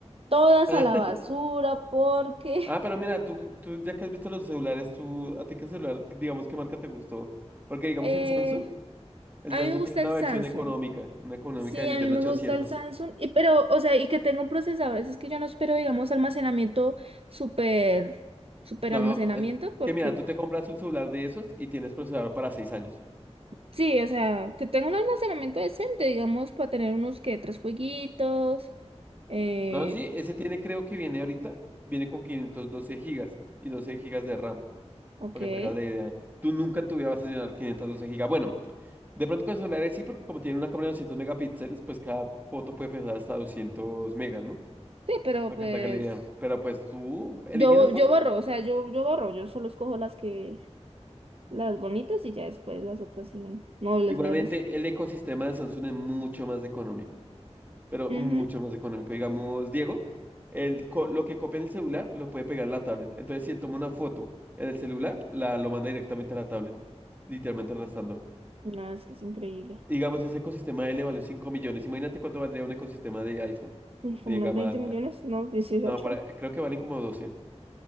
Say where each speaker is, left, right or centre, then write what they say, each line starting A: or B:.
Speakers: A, on the right; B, on the right.
A: Todas
B: Ah,
A: a la
B: <laughs>
A: basura porque
B: ah, pero mira, tú, tú ya que has visto los celulares, tú, ¿a ti qué celular, digamos, qué marca te gustó? Porque
A: <laughs>
B: digamos
A: eh,
B: el Samsung, el
A: a
B: Samsung
A: mí me gusta
B: tiene una
A: el
B: versión
A: Samsung.
B: económica, una económica
A: Sí,
B: de 1.800.000.
A: a mí me gusta el Samsung, y, pero, o sea, y que tenga un procesador, es que yo no espero, digamos, almacenamiento súper, súper
B: No,
A: almacenamiento,
B: es que,
A: porque
B: que mira, tú te compras un celular de esos y tienes procesador para seis años.
A: sí, o sea, que tenga un almacenamiento decente, digamos, para tener unos que tres jueguitos, eh,
B: No, sí, ese tiene, creo que viene ahorita, viene con 512 gigas y 12 gigas de RAM,
A: ok,
B: para
A: sí,
B: que te hagas la idea. Tú nunca en tu vida vas a llenar 512 gigas. Bueno, de pronto con el celulares sí, porque como tiene una cámara de 200 megapíxeles, pues cada foto puede pesar hasta 200 megas, ¿no?
A: pero
B: Para
A: pues,
B: que te hagas la idea. Pero pues tú eliminas
A: yo, bo-
B: fotos.
A: yo borro, o sea, yo, yo borro, yo solo escojo las que, las bonitas y ya después las otras sí, no, no les
B: Igualmente,
A: veo necesidad.
B: el ecosistema de Samsung es mucho más económico. pero
A: Ujú,
B: mucho más económico. Digamos, Diego, el, co- lo que copia en el celular lo puede pegar en la tablet. Entonces, si él toma una foto en el celular, la, lo manda directamente a la tablet, literalmente arrastrándolo.
A: No, es que es increíble.
B: Digamos, ese ecosistema de él le valió 5 millones. Imagínate cuánto valdría un ecosistema de iPhone,
A: Mm,
B: de
A: Como unos
B: gama
A: 20
B: alta.
A: millones, no, dieciocho
B: No, para, creo que valen como 12. O